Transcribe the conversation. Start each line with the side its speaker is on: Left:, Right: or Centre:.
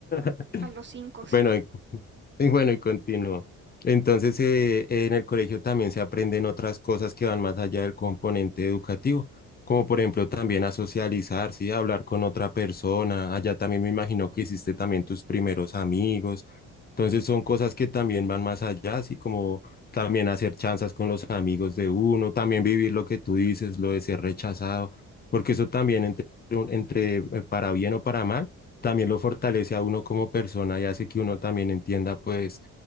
Right: <laughs>
Left: <laughs>
Right: a los cinco, sí.
Left: Bueno, y bueno, y continúo. Entonces, eh, en el colegio también se aprenden otras cosas que van más allá del componente educativo, como por ejemplo también a socializar, ¿sí? A hablar con otra persona. Allá también me imagino que hiciste también tus primeros amigos. Entonces, son cosas que también van más allá, así como también hacer chanzas con los amigos de uno, también vivir lo que tú dices, lo de ser rechazado, porque eso también entre, un- entre eh, para bien o para mal también lo fortalece a uno como persona y hace que uno también entienda pues